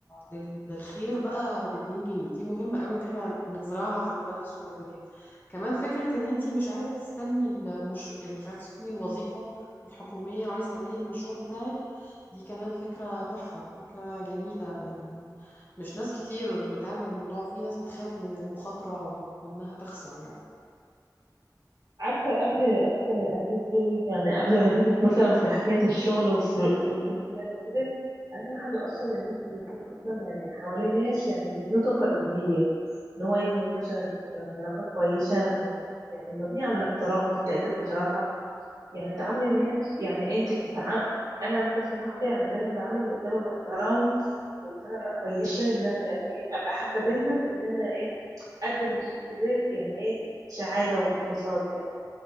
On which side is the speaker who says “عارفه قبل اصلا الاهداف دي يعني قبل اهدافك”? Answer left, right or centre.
Right